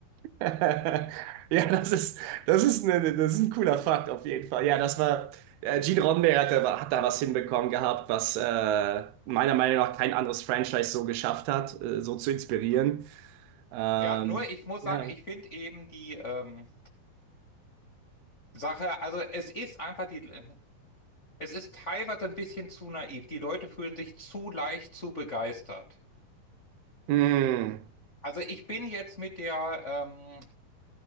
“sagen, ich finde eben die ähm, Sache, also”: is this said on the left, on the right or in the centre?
Left